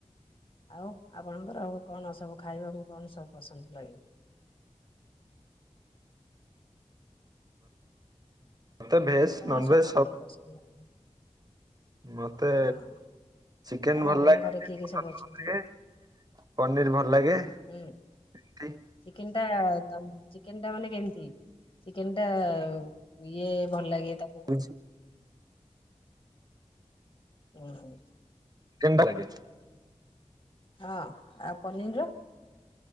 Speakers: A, on the left; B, on the right.
A: ଆଉ ଆପଣଙ୍କର କଣ ସବୁ ଖାଇବାକୁ କଣ ସବୁ ପସନ୍ଦ ଲାଗେ?
B: ମତେ ଭେଜ
A: ହ୍ୟାଲୋ,
B: ନନ
A: ସବୁ
B: ଭେଜ
A: ତମକୁ ପସନ୍ଦ ଲାଗେ?
B: ମତେ
A: ଓହୋ
B: ଚିକେନ
A: ଆଉ
B: ଭଲ
A: ଆପଣଙ୍କ
B: ଲାଗେ,
A: ଘରେ କିଏ କିଏ
B: ମଟନ୍
A: ସବୁ ଅଛନ୍ତି?
B: ଭଲ ଲାଗେ ପନିର୍ ଭଲ ଲାଗେ।
A: ହୁଁ,
B: ସବୁ
A: ଚିକେନ ଟା ଚିକେନ ଟା ମାନେ କେମିତି? ଚିକେନ ଟା ଇଏ ଭଲ ଲାଗେ ତାକୁ
B: <unintelligible>
A: ଓହୋଃ।
B: <unintelligible> ଲାଗେ।
A: ହଁ, ଆଉ ପନିର ର?